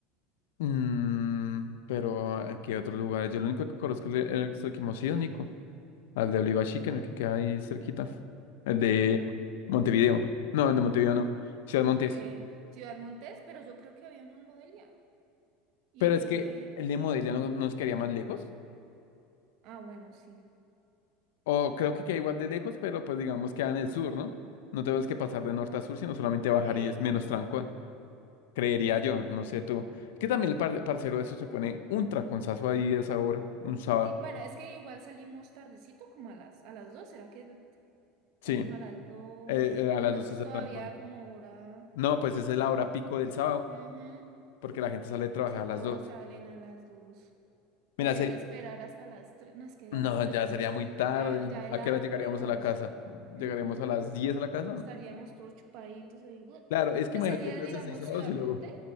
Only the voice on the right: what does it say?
Mm,
eh, Ciudad Montes, pero yo creo que había uno en Modelia. Y
creo
que ahí.
Ah, bueno, sí.
Sí.
Sí, bueno, es que igual salimos tardecito, como a las, a las dos, ¿será que
salimos
a las dos?
Bueno,
eso es
todavía
como hora.
Ujú,
Si
todos
salen a las dos.
O sería
esperar hasta las tres. No, es que ya
a las tres
ya nos,
ya, ya
el hambre
nos.
ujú,
Estaríamos todos chupaditos ahí. ¡buah!
Pues
sería,
digamos,
Ciudad
Montes.